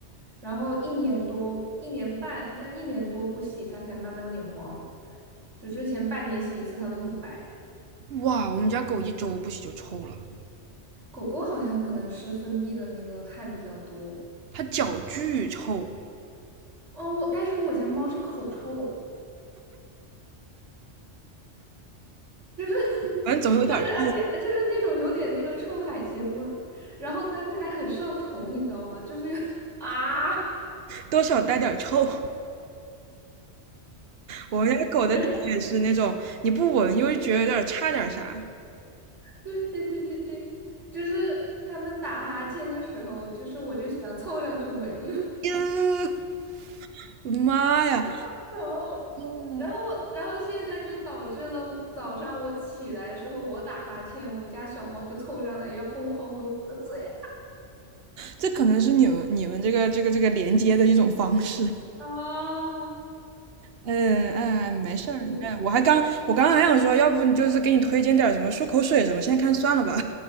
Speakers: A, on the right; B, on the right.
A: 然后一年多、一年半，像一年多不洗，它才慢慢有点黄，就之前半年洗一次，它都很白。
B: 哇，我们家狗一周不洗就臭了，
A: 狗狗好像可能是分泌的那个汗比较多。
B: 它脚巨臭，
A: 哦，我但是我家猫是口臭，就是 <laughs>
B: 反正总有点臭，
A: 但是而且就是那种有点那个臭海鲜味儿，然后但是还很上头，你知道吗？就是有 <laughs> 啊，
B: 多少带点臭。我们家狗的脚也是那种，
A: 对
B: 你不闻又觉得有点差点啥。
A: 对对对对对，就是他们打哈欠的时候，就是我就喜欢凑上去闻一闻，
B: 呀，我的妈呀！
A: <laughs> 然后。
B: 嗯，
A: 然后，然后现在就导致了早上我起来的时候，我打哈欠，我家小猫就凑上来要疯狂闻我的嘴。
B: 这可能是你们你们这个这个这个连接的一种方式。<laughs>
A: 啊，
B: 嗯，哎，没事儿。
A: 嗯，
B: 哎，我还刚我刚刚还想说，要不你就是给你推荐点儿什么漱口水什么，现在看算了吧，